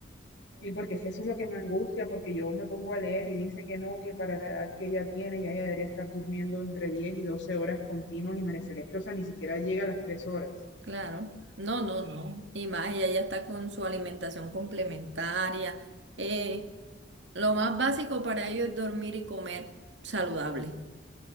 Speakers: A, on the left (about 65°); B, on the right (about 70°).
A: Y porque es que eso es lo que me angustia, porque yo me pongo a leer y dicen que no, que para la edad que ella tiene, ya ella debería estar durmiendo entre 10 y 12 horas continuas y María Celeste, o sea, ni siquiera llega a las tres horas.
B: Claro, no, no, no. Y más, ella ya está con su alimentación complementaria. Eh, lo más básico para ellos es dormir y comer saludable.